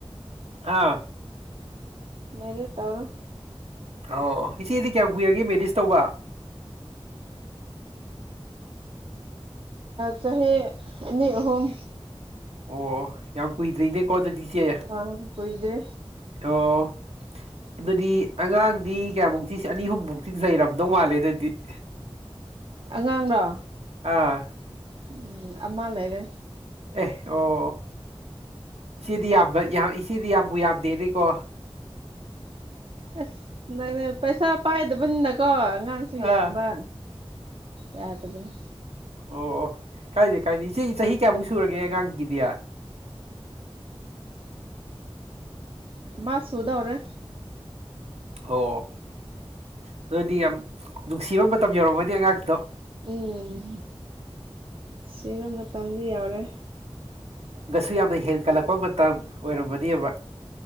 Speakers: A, on the right; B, on the right.
A: ꯑꯥ
B: ꯃꯦꯔꯤ ꯇꯧꯔꯣ
A: ꯑ ꯏꯆꯦꯗꯤ ꯀꯌꯥꯝ ꯀꯨꯏꯔꯒꯦ ꯃꯦꯗꯤꯁ ꯇꯧꯕ
B: ꯆꯦ ꯃꯤꯍ
A: ꯑꯣ ꯌꯥꯝ ꯀꯨꯏꯗ꯭ꯔꯤꯅꯦꯀꯣ ꯑꯗꯨꯗꯤꯆꯦ
B: ꯑꯥ ꯀꯨꯏꯗ꯭ꯔꯤ
A: ꯑꯣ ꯑꯗꯨꯗꯤ ꯑꯉꯥꯡꯗꯤ ꯀꯌꯥꯃꯨꯛ ꯊ ꯑꯅꯤ ꯑꯨꯝꯃꯨꯛꯇ ꯊꯤ ꯁꯩꯔꯝꯗꯧ ꯃꯥꯜꯂꯦ ꯑꯗꯨꯗꯗꯤ <unintelligible>
B: ꯑꯉꯥꯡꯔꯣ
A: ꯑꯥ
B: ꯎꯝ ꯑꯃ ꯂꯩꯔꯦ
A: ꯑꯦ ꯑꯣ ꯏꯆꯦꯗꯤ ꯌꯥꯝꯕ ꯏꯆꯦꯗꯤ ꯌꯥꯝꯕꯨ ꯌꯥꯝꯗꯦꯅꯦꯀꯣ
B: ꯑꯁ ꯅꯪ ꯄꯩꯁꯥ ꯄꯥꯏꯗꯕꯅꯤꯅꯀꯣ ꯑꯉꯥꯡꯁꯨ
A: ꯑꯥ
B: ꯌꯥꯝꯕ ꯌꯥꯗꯕꯅꯦ
A: ꯑꯣ ꯑꯣ ꯀꯥꯏꯗꯦ ꯀꯥꯏꯗꯦ ꯏꯆꯦ ꯆꯍꯤ ꯀꯌꯥꯃꯨꯛ ꯁꯨꯔꯒꯦ ꯑꯉꯥꯡꯒꯤꯗꯤ
B: ꯃꯥꯁꯨ ꯍꯎꯗꯎ꯭ꯔꯦ
A: ꯑꯣ ꯑꯗꯨꯑꯣꯗꯤ ꯌꯥꯝ ꯅꯨꯡꯁꯤꯕ ꯃꯇꯝ ꯌꯧꯔꯝꯃꯅꯤ ꯑꯉꯥꯡꯇꯣ
B: ꯎꯝ ꯁꯤꯕ ꯃꯇꯝꯗꯤ ꯌꯥꯎꯔꯦ
A: ꯁꯨ ꯌꯥꯝꯅ ꯍꯦꯟꯒꯠꯂꯛꯄ ꯃꯇꯝ ꯑꯣꯏꯔꯕꯗꯤꯕ